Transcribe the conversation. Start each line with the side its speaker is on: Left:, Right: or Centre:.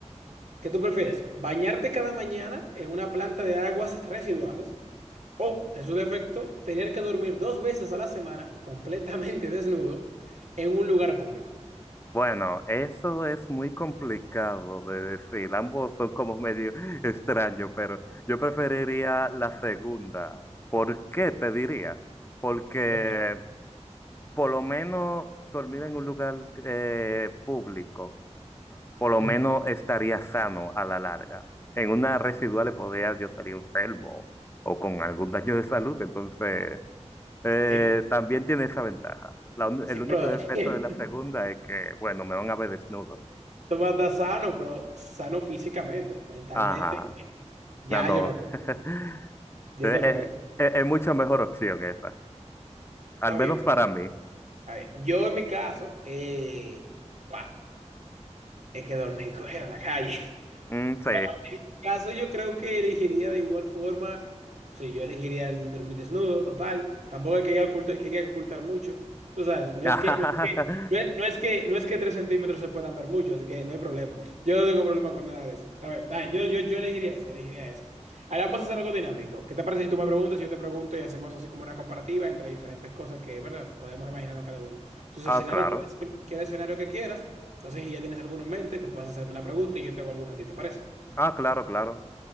Right: ¿Qué tú prefieres? ¿Bañarte cada mañana en una planta de aguas residuales? O, en su defecto, tener que dormir dos veces a la semana completamente <laughs> desnudo en un lugar público.
Left: Bueno, eso es muy complicado de decir. Ambos son como medio <laughs> extraños, pero yo preferiría la segunda. ¿Por qué te diría? Porque
Right: Eh, ¿Qué?
Left: por lo menos dormir en un lugar eh, público, por lo
Right: Ujú.
Left: menos estaría sano a la larga. En una residual le podría yo salir enfermo o con algún daño de salud, entonces... Eh,
Right: Sí, pero-
Left: también tiene esa ventaja. La un-
Right: sí,
Left: el único
Right: pero
Left: defecto
Right: <laughs>
Left: de la segunda es que, bueno, me van a ver desnudo.
Right: tú vas a estar sano, pero sano físicamente, mentalmente.
Left: Ajá,
Right: Ya,
Left: no, no.
Right: yo no,
Left: <laughs>
Right: yo
Left: Eh,
Right: no lo creo.
Left: eh, es mucho mejor opción esa,
Right: Está
Left: al menos
Right: bien,
Left: para mí.
Right: está bien. Yo en mi caso, eh, wow. Es que dormí y cogieron la calle.
Left: Mm, sí.
Right: Bueno, en mi caso yo creo que elegiría de igual forma, sí, yo elegiría el dormir desnudo, total, tampoco hay que ocultar, que hay que ocultar mucho, tú sabes, no
Left: <laughs>
Right: es que, no es que, no es, no es que, no es que tres centímetros se puedan ver mucho, así que no hay problema, yo no tengo problema con nada de eso, está bien, está bien, yo, yo, yo elegiría eso, elegiría eso. Ahora vamos a hacer algo dinámico, ¿qué te parece si tú me preguntas, y yo te pregunto y hacemos así como una comparativa entre diferentes cosas que, ¿verdad? Podemos imaginarnos cada uno. Tus
Left: Ah,
Right: escenarios,
Left: claro.
Right: cualquier escenario que quieras, no sé si ya tienes alguno en mente que puedas hacerme la pregunta y yo te hago alguna a ti, ¿te parece?
Left: Ah, claro, claro.